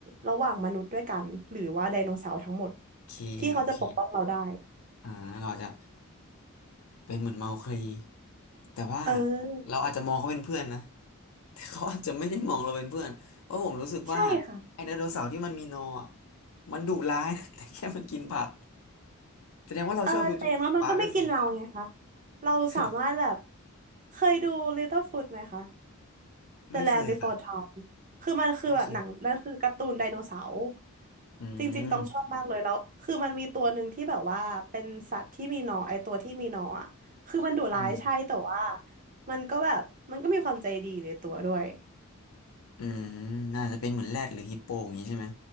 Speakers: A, on the right; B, on the left.
A: ระหว่างมนุษย์ด้วยกันหรือว่าไดโนเสาร์ทั้งหมด
B: โอเคโอเค
A: ที่เขาจะปกป้องเราได้
B: อ่าเราอาจจะเป็นเหมือนเมาคลีแต่ว่า
A: เออ
B: เราอาจจะมองเขาเป็นเพื่อนนะแต่เขาอาจจะไม่ได้มองเราเป็นเพื่อนเพราะผมรู้สึกว่า
A: ใช่ค่ะ
B: ไอ้ไดโนเสาร์ที่มันมีนออะมันดุร้ายนะ <laughs> แต่แค่มันกินผักแสดงว่าเราชอบดูจูราสสิคพาร์กกับสิ่งนี้แหละ
A: เออแต่อย่างน้อยมันก็ไม่กินเราไงคะเราสามารถแบบ
B: <laughs>
A: เคยดู l ตเต l e f ฟ o d ไหมคะ
B: ไม่เคยครับ
A: The Land Before Time คือมันคือแบบหนังแล้วคือการ์ตูนไดโนเสาร์
B: ไม่เคยอืม
A: จริงๆต้องชอบมากเลยแล้ว คือมันมีตัวหนึ่งที่แบบว่าเป็นสัตว์ที่มีหนอนไอตัวที่มีหนอนอ่ะคือมันดุร้ายใช่แต่ว่า
B: อืม
A: มันก็แบบมันก็มีความใจดีในตัวด้วย
B: อืมน่าจะเป็นเหมือนแรดหรือฮิปโปอย่างนี้ใช่ไหม